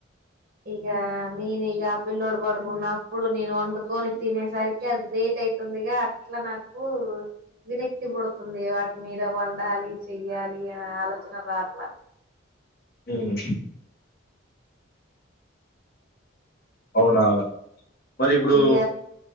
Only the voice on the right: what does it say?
ఇగా నేను ఇగ పిల్లోడు పడుకున్నప్పుడు నేను వండుకొని తినేసరికి అది లేట్ అవుతుందిగా ఇట్లా నాకు విరక్తి పుడుతుంది వాటి మీద వండాలి చెయ్యాలి అనే ఆలోచన రావట్లా
ఇగ